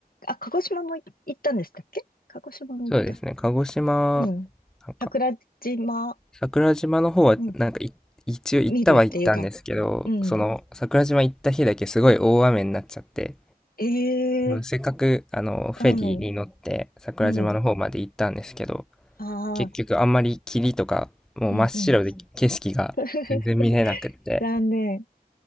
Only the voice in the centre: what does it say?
そうですね、鹿児島、
なんか
桜島の方はなんかい一応行ったは行ったんですけど、
その桜島行った日だけすごい大雨になっちゃって、
せっかくあのフェリーに乗って桜島の方まで行ったんですけど、
結局あんまり霧とか、もう真っ白で景色が全然見えなくって。